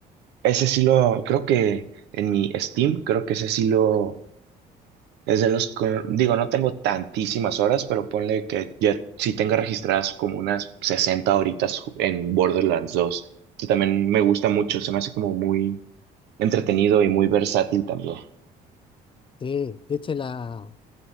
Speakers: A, on the right; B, on the left.
A: ese sí lo, creo que en mi Steam, creo que ese sí lo, Es de los, que- digo, no tengo tantísimas horas, pero ponle que ya sí tenga registradas como unas 60 horitas ju- en Borderlands dos que también me gusta mucho, se me hace como muy entretenido y muy versátil también.
B: Sí, de hecho la,